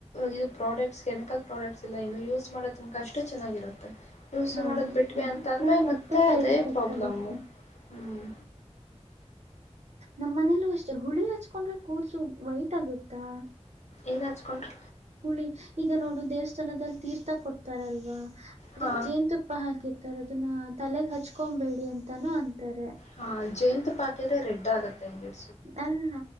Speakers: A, on the left; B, on the right.
A: ಇದು ಪ್ರಾಡಕ್ಟ್ಸ್ ಕೆಮಿಕಲ್ ಪ್ರಾಡಕ್ಟ್ಸ್ ಎಲ್ಲ ಏನ ಯೂಸ್ ಮಾಡೋ ತನಕ ಅಷ್ಟೇ ಚೆನ್ನಾಗಿರುತ್ತೆ ಯೂಸ್
B: ಹೌದು
A: ಮಾಡದು ಬಿಟ್ವಿ ಅಂತಂದ್ರೆ
B: ನನ್
A: ಮತ್ತೆ
B: ಸೈಡ್
A: ಅದೇ
B: ಎಫೆಕ್ಟ್
A: ಪ್ರಾಬ್ಲಮ್ಮು
B: ಆಗುತ್ತೆ
A: ಹ್ಮ್
B: ನಮ್ಮ್ ಮನೇಲ್ಲೂ ಅಷ್ಟೆ ಹುಳಿ ಹಚ್ಕೊಂಡ್ರೆ ಕೂದಲು ವೈಟ್ ಆಗತ್ತಾ
A: ಏನ್ ಹಚ್ಕೊಂಡ್ರಿ
B: ಹುಳಿ ಈಗ ನೋಡು ದೇವಸ್ಥಾನದಲ್ಲಿ ತೀರ್ಥ ಕೊಡ್ತಾರಲ್ವಾ ಅದಕ್
A: ಹಾ
B: ಜೇನ ತುಪ್ಪ ಹಾಕಿ ಹತಾರ ಅದನ್ನ ತಲೆಗ್ ಹಚ್ಕೊಬೇಡಿ ಅಂತಾನೂ ಅಂತಾರೆ
A: ಹಾ ಜೇನ ತುಪ್ಪ ಹಾಕಿದ್ರೆ ರೆಡ್ ಆಗತ್ತೆ ಮೆಬಿ
B: ಅಲ್ಲ